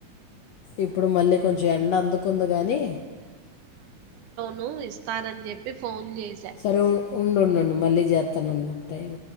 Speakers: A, on the left; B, on the right.
A: ఇప్పుడు మళ్ళీ కొంచెం
B: ఊ
A: ఎండ అందుకుంద గాని
B: నువ్ ఇస్తారని చెప్పి ఫోన్ చే
A: సరే ఉండుండు మళ్ళీ చేస్తానుండు టైం